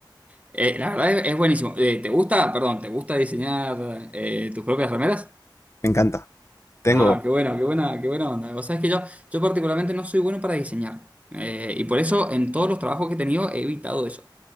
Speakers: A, on the right (about 15°); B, on the left (about 35°).
A: eh, la verdad es, es buenísimo. Eh, ¿te gusta, perdón, te gusta diseñar eh, tus propias remeras?
B: Me encanta. Tengo,
A: Ah, qué bueno, qué buena, qué buena onda. Vos sabés que yo, yo particularmente no soy bueno para diseñar. Eh, y por eso en todos los trabajos que he tenido he evitado eso.